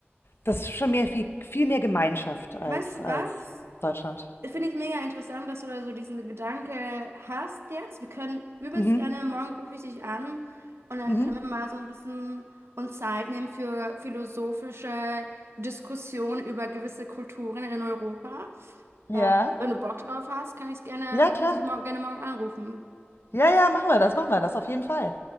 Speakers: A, on the left; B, on the right.
A: das ist schon mehr viel, viel mehr Gemeinschaft als,
B: Weißt du
A: als
B: was?
A: Deutschland.
B: Finde ich mega interessant, dass du da so diesen Gedanke hast jetzt. Wir können übelst
A: Mhm.
B: gerne, morgen rufe ich dich an und dann
A: Mhm.
B: können wir mal so ein bisschen uns Zeit nehmen für philosophische Diskussionen über gewisse Kulturen in Europa.
A: Ja.
B: Äh, wenn du Bock drauf hast, kann ich es gerne,
A: Ja, klar.
B: kann ich dich morgen, gerne morgen anrufen.
A: Ja, ja, machen wir das, machen wir das auf jeden Fall.